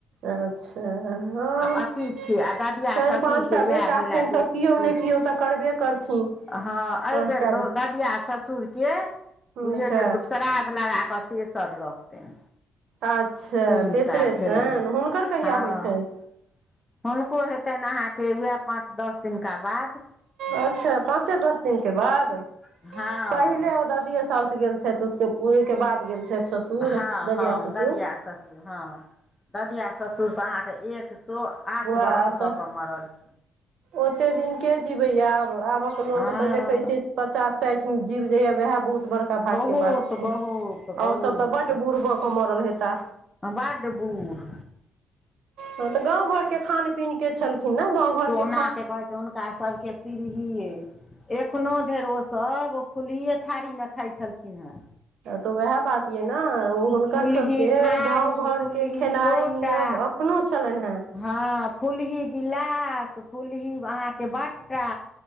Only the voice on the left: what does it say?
अथी
छै आ ददिया ससुरके
इएह
भेलए
दू
दू
हँ ऐ
बेर
दौ
ददिया ससुर के बुझियौ
जे श्राद्ध लगा कऽ तेसर रहतनि
तीन
साल
भेलनि
हँ
हुनको हेतेन अहाँके उएह पाँच दस दिनका बाद
हँ
हँ
हँ
द दिआ ससुर हँ ददिआ ससुर तऽ अहाँके एक सौआठ
बरख
भऽ
कऽ मरलखिन
हँ
बहुत
बहुत
बहुत
बड्ड बूढ
ना के कह छै हुनका सभके सीहीए एखनो धरि ओसभ फुल्लहिए थारीमे खाइत छलखिन हेँ
फुलही
थारी
फुलही
लोटा
हँ फुलही गिलास फुलही अहाँके बट्टा